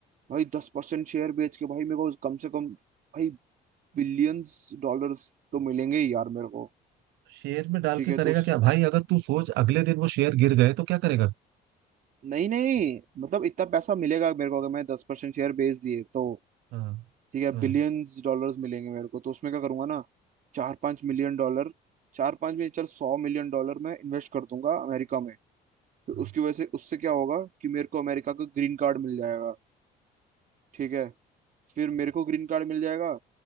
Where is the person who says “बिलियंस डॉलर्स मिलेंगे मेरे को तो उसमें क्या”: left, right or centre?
Right